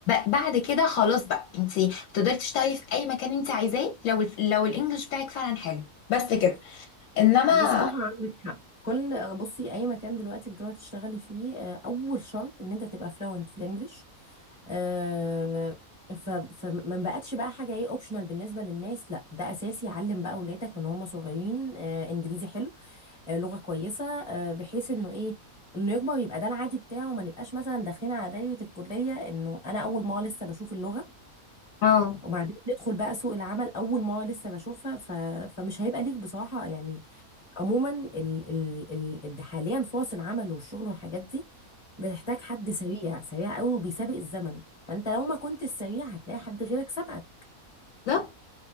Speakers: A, on the left; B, on the left.
A: بعد كده خلاص بقى انتي تقدري تشتغلي في اي مكان انتي عايزاه لو ال- لو الانجليش بتاعك فعلا حلو بس كده انما
B: بصراحة عندك حق كل بصي أي مكان دلوقتي بتقعد تشتغلي فيه آه، أول شرط إن أنت تبقى فلوينت في الإنجليش آه، ف فما بقتش بقى حاجة إيه أوبشنال بالنسبة للناس لا ده أساسي علم بقى أولادك من هم صغيرين آه، إنجليزي حلو آه، لغة كويسة آه، بحيث إنه إيه إنه يكبر يبقى ده العادي بتاعه ما نبقاش مثلا داخلين على دايرة الكلية إنه أنا أول ما لسه بشوف اللغة
A: اه
B: وبعدين ندخل بقى سوق العمل أول ما لسه بشوفها ف... فمش هيبقى ليك بصراحة يعني عموما ال ال ال ال- حاليا فرص العمل والشغل والحاجات دي بتحتاج حد سريع سريع قوي وبيسابق الزمن فانت لو ما كنت السريع هتلاقي حد غيرك سبقك
A: بالظبط